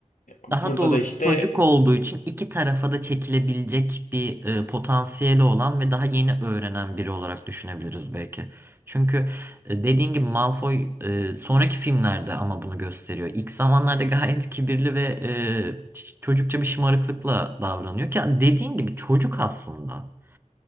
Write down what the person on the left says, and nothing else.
Burada
da işte